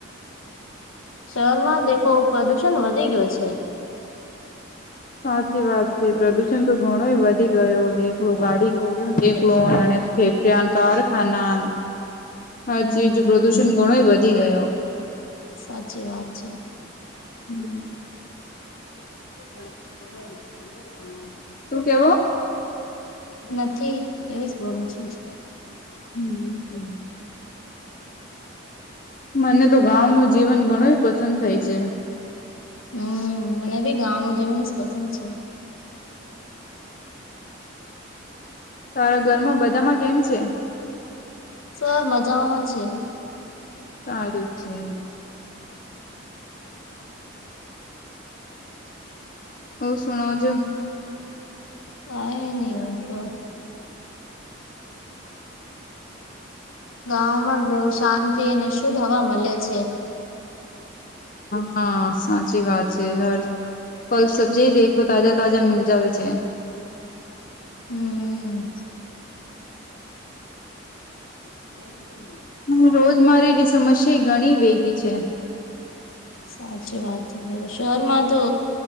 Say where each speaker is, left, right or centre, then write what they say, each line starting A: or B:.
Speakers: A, on the left (about 80°); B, on the left (about 40°).
A: શહેરમાં દેખો પ્રદુષણ વધી ગયો છે.
B: સાચી વાત છે પ્રદુષણ તો ઘણો વધી ગયો દેખલો ગાડી ગોળ દેખલો અને ફે કારખાના હર
A: હમ
B: ચીજ પ્રદુષણ ઘણો વધી ગયો.
A: સાચી વાત છે.
B: હમ.
A: <unintelligible>
B: શું કેવો?
A: નથી એવી જ બોલું છું.
B: હમ હમ. મને તો ગાવ નું જીવન ઘણું પસંદ થાય છે.
A: હમ મને ભી ગામનું જવન જ પસંદ છે.
B: તારા ઘરમાં બધામાં કેમ છે?
A: સબ મજામાં છે.
B: સારું છે. હ સુણવજો
A: કઈ નહી તો. ગામાં જ દેવું શાંતિ અને શુદ્ધ હવા મળે છે.
B: હા સાચી વાત છે. હર ફલ સબ્જીી દખ લો તાજા તાજા મિલ જવે છે.
A: હમ. <unintelligible>
B: અને રોજ મારેલી સમસ્યા ઘણી વેગી છે.
A: સાચી વાત છે, શહેર માં તો